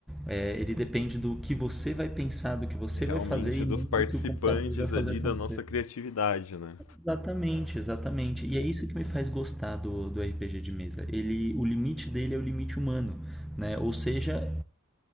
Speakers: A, in the centre; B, on the left.
A: É, ele depende do que você vai pensar, do que você
B: Realmente
A: vai fazer e
B: dos
A: não
B: participantes
A: do que o computador vai
B: ali
A: fazer acontecer.
B: da nossa criatividade, né?
A: Exatamente, exatamente. E é isso que me faz gostar do, do RPG de mesa. Ele, o limite dele é o limite humano, né? Ou seja,